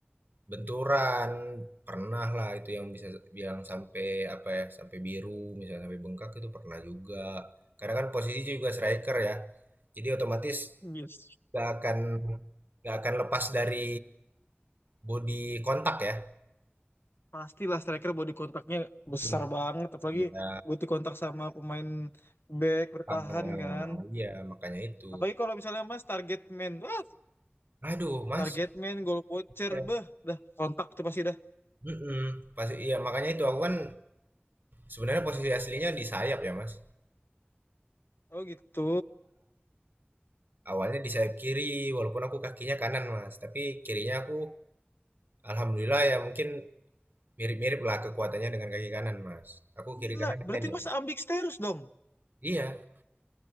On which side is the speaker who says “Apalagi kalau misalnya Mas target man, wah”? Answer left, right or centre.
Left